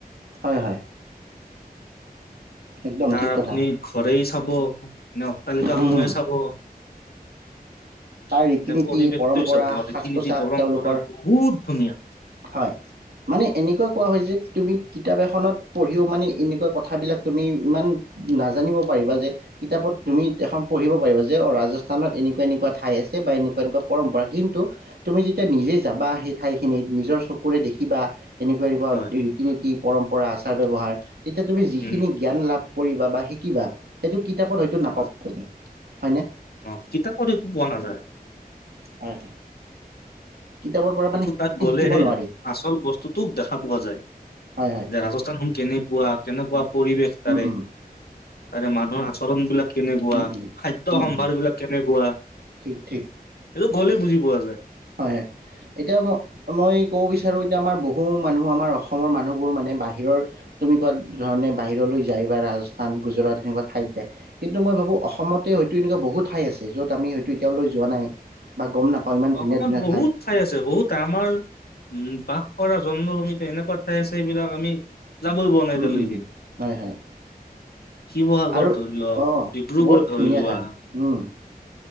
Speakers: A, on the right (about 80°); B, on the left (about 80°).
A: হয় হয় একদম
B: তাৰ
A: ঠিক
B: আপুনি
A: কথা
B: ঘৰেই চাব নে অট্টালিকা সময়ে
A: উম উম
B: চাব
A: তাৰ ৰীতি
B: নে
A: নীতি
B: পৰিৱেশটোৱে
A: পৰম্পৰা
B: চাব ৰীতি-নীতি
A: সাজ পোছাক
B: পৰম্পৰা
A: তেওঁলোকৰ
B: বহুত ধুনীয়া
A: হয় মানে এনেকুৱা কোৱা হয় যে তুমি কিতাপ এখনত পঢ়িও মানে এনেকুৱা কথাবিলাক তুমি ইমান নাজানিব পাৰিবা যে কিতাপত তুমি এখন পঢ়িব পাৰিবা যে অ ৰাজস্থানত এনেকুৱা এনেকুৱা ঠাই আছে বা এনেকুৱা এনেকুৱা পৰম্পৰা কিন্তু তুমি যেতিয়া নিজে যাবা আহে ঠাই খিনিত নিজৰ চকুৰে দেখিবা এনেকুৱা এনেকুৱা
B: হয়।
A: ৰীতি নীতি পৰম্পৰা আচাৰ ব্যৱহাৰ তেতিয়া তুমি যিখিনি
B: উম,
A: জ্ঞান লাভ কৰিবা বা শিকিবা সেইটো কিতাপত হয়ো নাপাব
B: হয়
A: তুমি হয়নে
B: অ কিতাপ কৰি পোৱা নাযায়
A: হয় হয় কিতাপৰ পৰা মানে
B: এইটো তাত গলেহে
A: শিকিব নোৱাৰি
B: আচল বস্তুটো দেখা পোৱা যায়
A: হয় হয়
B: যে ৰাজস্থান কে কেনেকুৱা কেনেকুৱা পৰিৱেশ তাৰে
A: উম উম
B: তাৰে মানুহৰ আচৰণ বিলাক কেনেকুৱা
A: উম উম
B: খাদ্যয়
A: উম
B: সম্ভাৰ
A: উম
B: বিলাক কেনেকুৱা
A: ঠিক ঠিক
B: এই গ'লেই বুজি পোৱা যায়।
A: হয়, হয়, এতিয়া মই মই ক'ব বিচাৰো এতিয়া আমাৰ বহু মানুহ আমাৰ অসমৰ মানুহবোৰ মানে বাহিৰৰ, তুমি কোৱা ধৰণে বাহিৰলৈ যায় বা ৰাজস্থান, গুজৰাট এনেকুৱা ঠাইত যায়, কিন্তু মই ভাবো অসমতে হয়তো এনেকুৱা বহুত ঠাই আছে য'ত আমি হয়তো এতিয়া লৈ যোৱা নাই, বা গম নাপাওঁ ইমান ধুনীয়া
B: অসমত
A: ধুনীয়া
B: বহুত ঠাই আছে, বহুত ঠাই আমাৰ, উম বা কৰা জন্ম ভূমিত এনেকুৱা ঠাই আছে এইবিলাক আমি যাবই পোৱা নাই এতিয়া
A: উম
B: লৈকে।
A: উম হয় হয়
B: শিৱসাগৰত
A: আৰু
B: ধৰি লক,
A: অঁ
B: ডিব্ৰুগড়
A: বৰ
B: ধৰি
A: ধুনীয়া
B: লোৱা
A: ঠাই উম